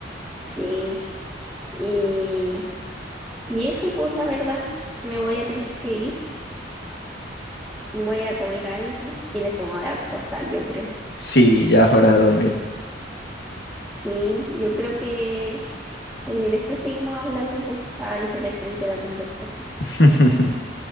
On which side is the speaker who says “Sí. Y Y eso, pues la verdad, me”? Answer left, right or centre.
Centre